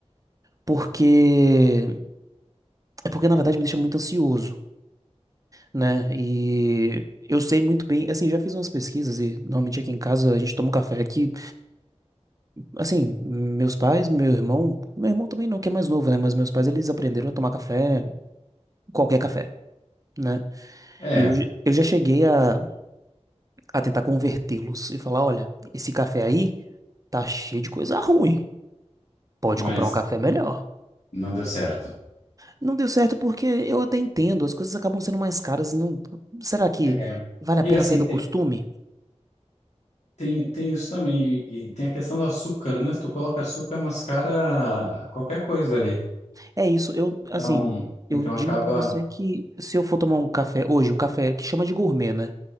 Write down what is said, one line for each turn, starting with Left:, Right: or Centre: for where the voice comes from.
Right: porque é porque na verdade me deixa muito ansioso, né? E eu sei muito bem, assim, já fiz umas pesquisas e normalmente aqui em casa a gente toma um café que, assim, meus pais, meu irmão, meu irmão também não, que é mais novo, né? Mas meus pais eles aprenderam a tomar café, qualquer café, né?
Left: é,
Right: E eu, eu já cheguei a a tentar convertê-los e falar, olha, esse café aí tá cheio de coisa ruim. Pode
Left: mas
Right: comprar um café melhor.
Left: não deu certo.
Right: Não deu certo porque eu até entendo, as coisas acabam sendo mais caras. Não... Será que
Left: É.
Right: vale a
Left: E
Right: pena
Left: assim,
Right: sair do
Left: tem,
Right: costume?
Left: tem, tem isso também. E, e tem a questão do açúcar, né? Se tu coloca açúcar, mascara qualquer coisa ali.
Right: É isso, eu,
Left: Então,
Right: assim, eu
Left: então
Right: digo
Left: acaba.
Right: pra você que se eu for tomar um café hoje, um café que chama de gourmet, né?